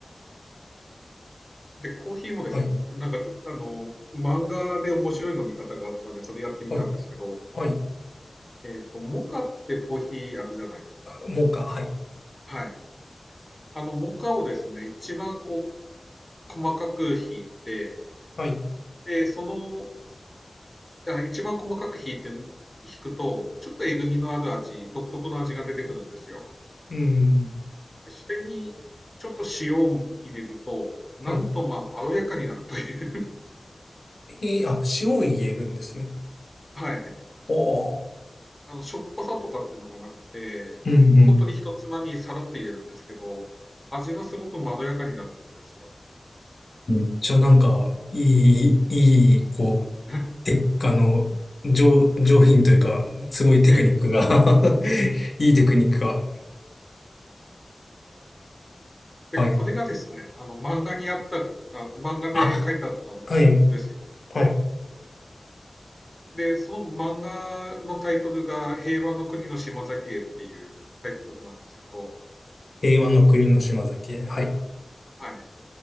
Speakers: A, on the left; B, on the left.
A: で、コーヒーもですね、
B: はい、
A: なんかちょっとあの、漫画で面白い飲み方があったんで、それやってみたんですけど、
B: はい、はい。
A: えっと、モカってコーヒーあるじゃないですか。
B: もうか、はい。
A: はい。あの、モカをですね、一番こう、細かくひいて、
B: はい。
A: で、その、あ、一番細かくひいて、ひくと、ちょっとえぐみのある味、独特の味が出てくるんですよ。
B: うん。
A: でそれにちょっと塩を入れると、なんとまあ、
B: はい。
A: まろやかになるという。<laughs>
B: えー、あ、塩を入れるんですね。
A: はい。
B: おー。
A: あの、しょっぱさとかっていうのがなくて、
B: うんうん。
A: ほ本当にひとつまみさらっと入れるんですけど、味がすごくまろやかになるんですよ。
B: めっちゃなんか、いい、いい、こう、
A: <laughs>
B: て、あの、上、上品というか、すごいテクニックが
A: ええ。
B: <laughs> いいテクニックが。
A: で、
B: はい。
A: これがですね、あの、漫画にあったあ、漫画で書いてあったんですよ。
B: あ、はい。はい。
A: で、その漫画のタイトルが、平和の国の島崎へっていうタイトルなんですけど、
B: 平和の国の島崎へ。はい。
A: はい。